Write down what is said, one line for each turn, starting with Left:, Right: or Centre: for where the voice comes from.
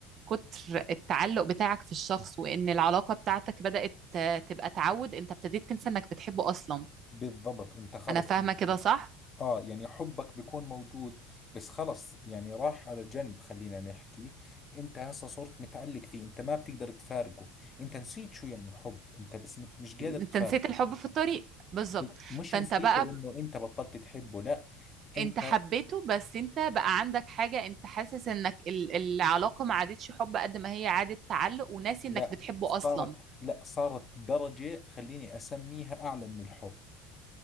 Right: كتر التعلق بتاعك في الشخص وان العلاقة بتاعتك بدأت آه، تبقى تعود انت ابتديت تنسى انك بتحبه اصلا
Left: بالضبط أنت خلص
Right: انا فاهمة
Left: أنت
Right: كده صح
Left: اه يعني حبك بيكون موجود بس خلص يعني راح على جنب خلينا نحكي انت هسه صرت متعلق فيه انت ما بتقدر تفارقه انت نسيت شو يعني حب انت بس مت- مش
Right: انت
Left: قادر تفارقه
Right: نسيت الحب في الطريق بالظبط
Left: ب- مش
Right: فانت
Left: نسيته
Right: بقى
Left: انه انت بطلت تحبه لا انت
Right: أنت حبيته بس أنت بقى عندك حاجة أنت حاسس إنك ال- العلاقة ما عادتش حب قد ما هي عادت تعلق وناسي
Left: لا
Right: إنك بتحبه
Left: صارت
Right: أصلا
Left: لا صارت درجة خليني اسميها اعلى من الحب